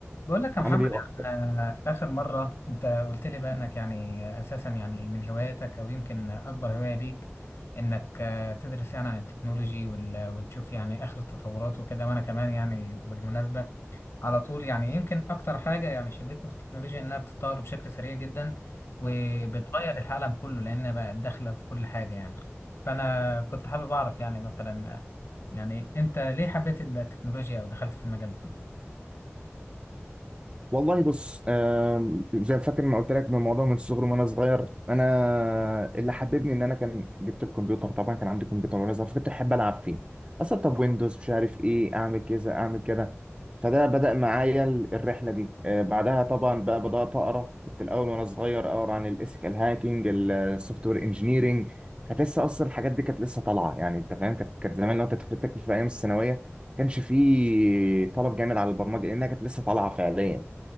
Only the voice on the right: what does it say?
عامل ايه
اكتر
والله بص آم، زي فاكر ما قلت لك من الموضوع من الصغر وانا صغير انا اللي حببني ان انا كان جبت الكمبيوتر طبعا كان عندي كمبيوتر وانا صغير فكنت احب العب فيه اصلا طب ويندوز مش عارف ايه اعمل كذا اعمل كده فده بدأ معايا ال- الرحله دي آه، بعدها طبعا بقى بدأت اقرا كنت الاول وانا صغير اقرا عن الايثيكال هاكينج السوفت وير انجينيرنج كانت لسه اصلا الحاجات دي كانت لسه طالعه يعني انت فاهم كانت كانت زمان لو انت تفتكر في ايام الثانويه ما كانش فيه طلب جامد على البرمجه لانها كانت لسه طالعه فعليا